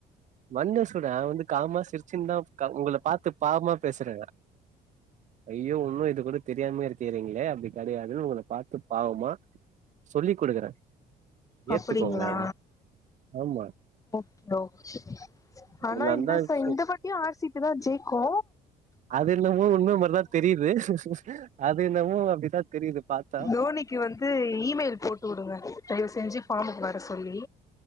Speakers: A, on the right (about 45°); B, on the left (about 20°).
A: மன்னு சொல்ற அவ வந்து காமா சிரிச்சின் தா கா உங்கள பாத்து பாவ்மா பேசுற ஐயோ உன்னு இது கூட தெரியாமயே இருக்கியறீங்ளே அப்பிடி கெடையாதுன்னு உங்கள பாத்து பாவமா சொல்லி்க் குடுக்கற
B: அப்டிங்களா
A: ஏத்துக்கோங்க அத ஆமா
B: ஓகே ஓகே
A: இதெல்லா
B: ஆனா இந்த
A: தா
B: ச
A: விஷயோ
B: இந்த வாட்டியு ஆர் சி பி தா ஜெய்க்கு
A: அது என்னமோ உண்ம மாரிதா தெரிது அது என்னமோ அப்டிதா தெரிது பாத்
B: தோனிக்கு வந்து இமெயில் போட்டு உடுங்க தயவு செஞ்சு ஃபார்முக்கு வர சொல்லி